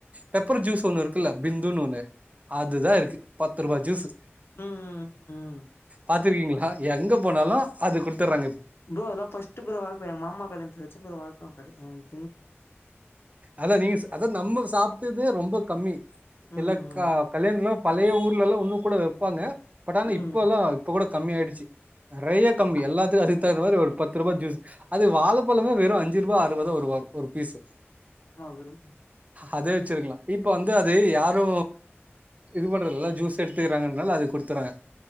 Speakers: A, on the right (about 35°); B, on the left (about 60°).
A: பெப்பர் ஜூஸ் ஒண்ணு இருக்குல்ல பிந்துன் ஒண்ணு அதுதா இருக்கு பத்து ரூபா ஜூஸ்சு
B: ம் உம் உம் உம்
A: பார்த்துருக்கீங்களா எங்க போனாலு அது குடுத்துறாங்
B: ப்ரோ அதுலா ஃபர்ஸ்ட்டு ப்ரோ அ இப்ப எ மாமா கல்யணத்துல வெச்ச ப்ரோ வாழப்பழம் <unintelligible>
A: அதா நீங்க ச அது நம்ம சாப் டதே ரொம்ப கம்மி
B: ம்
A: <inaudible>
B: ம்
A: க கல்யாணத்திலா பழைய ஊர்லல்லா ஒன்னு கூட வெப்பாங்க பட் ஆனா
B: ம்
A: இப்ப எல்லா இப்ப கூட கம்மியாடுச்சு நெறைய கம்மி எல்லாத்துக்கு அதுக்கு தகுந்த மாரி ஒரு பத்து ரூபா ஜூஸ் அது வாழப்பழமே வெறு அஞ்சு ரூபா ஆறு ரூபாதா வரு ஒர் ஒரு பீஸ்
B: ஆ வெறு
A: அதே வெச்சிருக்கலா இப்ப வந்து அதை யாரு இது பண்றதுலா ஜூஸ் எடுத்துறாங்கனால அது குடுத்துறாங்க